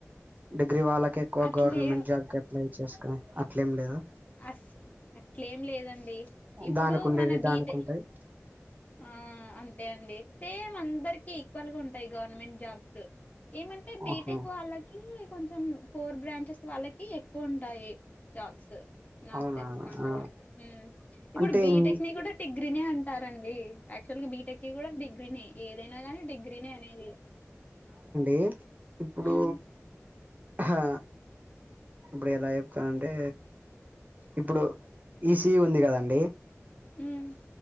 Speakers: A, on the right; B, on the left.
A: డిగ్రీ వాళ్ళకి ఎక్కువ
B: అట్లే
A: గవర్నమెంట్ జాబ్ కి అప్లై చేసుకుని అట్లేం లేదా
B: అస్ అట్లేం లేదండి ఇప్పుడు
A: దానికి ఉండేవి
B: మన బీట్
A: దానికి ఉంటాయి
B: ఆ అంతే అండి సేమ్ అందరికి ఈక్వల్ గా ఉంటాయి గవర్నమెంట్ జాబ్స్ ఏమంటే బీటెక్
A: ఓహో
B: వాళ్ళకి కొంచెం కోర్ బ్రాంచెస్ వాళ్ళకి ఎ క్కువ ఉంటాయి జాబ్స్ నాక్
A: అవునా
B: తెలిసినంతవరకు
A: ఆ,
B: మ్ ఇప్పుడు
A: అంటే
B: బీటెక్
A: ఇన్-
B: ని కూడా డిగ్రీ నే అంటారండి యాక్చువల్గా బీటెక్ కి కూడా డిగ్రీనే ఏదైనా గానీ డిగ్రీనే అనేది
A: ఏ ఇప్పుడు
B: ఉమ్,
A: హా ఇప్పుడు ఎలా చెప్తానంటే ఇప్పుడు ఈసీఇ ఉంది కదండి
B: హ్మ్